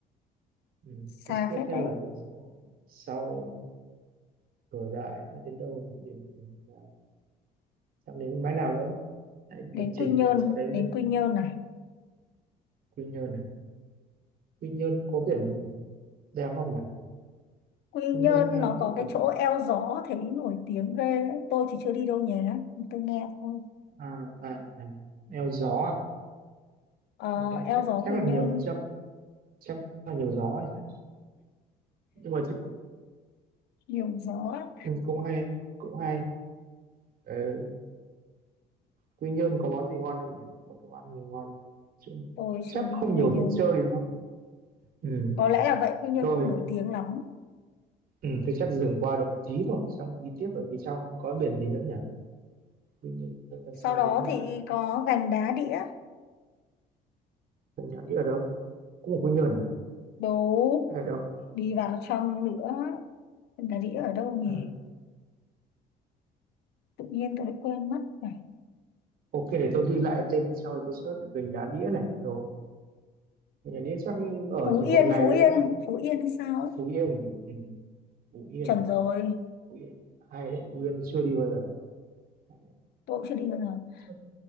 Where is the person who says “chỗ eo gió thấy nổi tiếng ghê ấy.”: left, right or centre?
Left